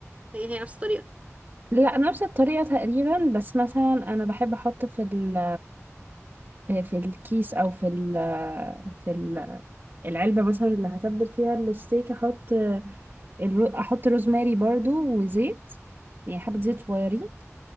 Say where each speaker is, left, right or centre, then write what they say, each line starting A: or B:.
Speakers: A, on the right; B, on the right.
A: هي هي نفس الطريقه
B: لا نفس الطريقة تقريبا بس مثلا أنا بحب أحط في ال في الكيس أو في ال في ال- العلبة مثلا اللي هتبل فيها الستيك أحط الرو... أحط روزماري برضو وزيت يعني حبة زيت صغيرين